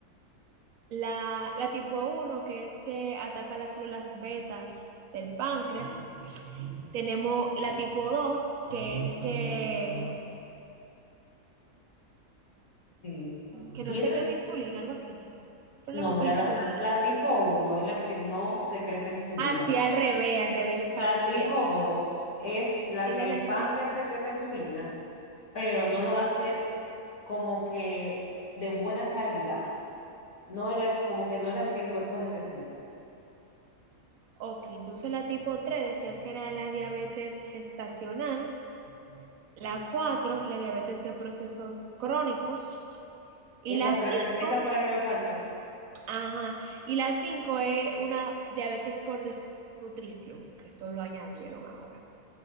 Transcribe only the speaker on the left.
Sí.
Y
ese
nombre,
la,
la tipo uno es la que no secreta insulina,
el
páncreas.
La tipo 2 es la
que
el
páncreas
secreta insulina pero no lo hace como que de buena calidad, no es la, como que no es la que el cuerpo necesita.
Esa
fue
la que, esa fue la que me faltó.